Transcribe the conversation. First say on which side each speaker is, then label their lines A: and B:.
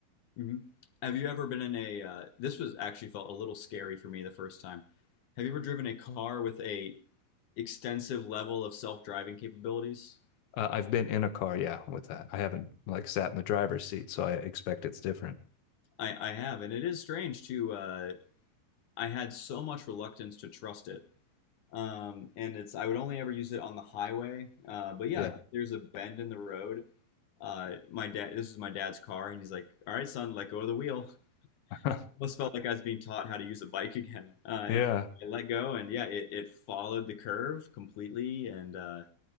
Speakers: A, on the left (about 65°); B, on the left (about 85°).
A: Mhm. Have you ever been in a? Uh, this was actually felt a little scary for me the first time. Have you ever driven a car with a extensive level of self-driving capabilities?
B: Uh, I've been in a car, yeah, with that. I haven't like sat in the driver's seat, so I expect it's different.
A: I, I have, and it is strange too. Uh, I had so much reluctance to trust it, um, and it's I would only ever use it on the highway. Uh, but yeah,
B: Yeah.
A: like, if there's a bend in the road, uh, my dad, this was my dad's car, and he's like, "All right, son, let go of the wheel."
B: <laughs>
A: Almost felt like I was being taught how to use a bike <laughs> again, uh,
B: Yeah.
A: and I let go, and yeah, it it followed the curve completely, and uh,